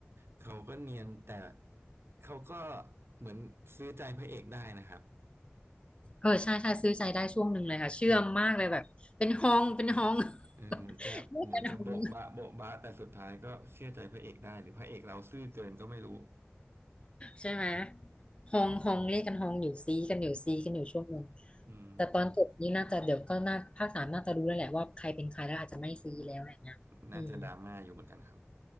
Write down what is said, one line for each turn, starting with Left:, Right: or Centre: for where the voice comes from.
Right: เขาก็เนียนแต่เขาก็เหมือนซื้อใจพระเอกได้นะครับ
Left: เออใช่ใช่ซื้อใจได้ช่วงหนึ่งเลยค่ะเชื่อมมากเลยแบบเป็นฮองเป็นฮอง
Right: อืมเออเหมือนจะเหมือนจะโบ๊ะบะโบ๊ะบะแต่สุดท้ายก็เชื่อใจพระเอกได้หรือพระเอกเราซื่อเกินก็ไม่รู้
Left: <laughs> เรียกกันฮองใช่ไหมฮองฮองเรียกกันฮองอยู่ซีกันอยู่ซีกันอยู่ช่วงหนึ่ง
Right: อืม
Left: แต่ตอนจบนี้น่าจะเดี๋ยวก็น่าภาคสามน่าจะรู้แล้วแหละว่าใครเป็นใครแล้วอาจจะไม่ซีแล้วอะไรเงี้ยอืม
Right: น่าจะดราม่าอยู่เหมือนกันครับ